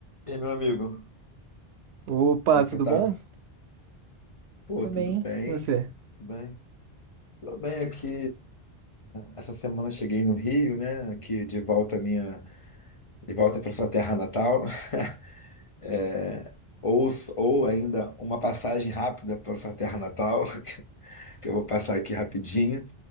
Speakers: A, on the left; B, on the right.
A: E aí, meu amigo,
B: Opa,
A: como é que
B: tudo
A: você tá?
B: bom?
A: Pô,
B: Tô
A: tudo
B: bem,
A: bem?
B: e você? <laughs>
A: Tudo bem? Tô bem aqui. É, essa semana eu cheguei no Rio, né? Aqui de volta à minha, de volta para sua terra natal. <laughs> É, ou, ou ainda uma passagem rápida para sua terra natal, <laughs> que eu vou passar aqui rapidinho.